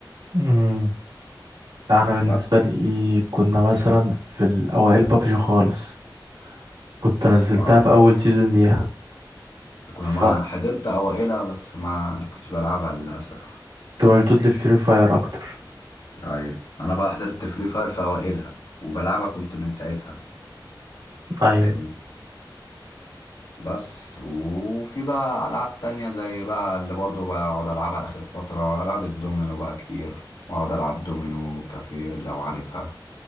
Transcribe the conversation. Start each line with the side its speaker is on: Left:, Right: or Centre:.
Right: امم لا، انا بالنسبه
Left: بس
Right: لي كنا مثلا في الاوائل بابجي خالص كنت نزلتها
Left: اه
Right: في اول سيزون ليها
Left: كنت
Right: فكنت
Left: ما انا حضرت اوائلها بس ما كنتش بلعبها للاسف
Right: مشدود لفري فاير اكتر
Left: ايوه انا بقى حضرت فري فاير في اوائلها وبلعبها كنت من ساعتها
Right: ايوه
Left: فاهمني بس وفي بقى ألعاب تانية زي بقى اللي برضه بقعد ألعبها آخر فترة ألعاب الدومينو بقى كتير بقعد ألعب دومينو كافيه لو عارفها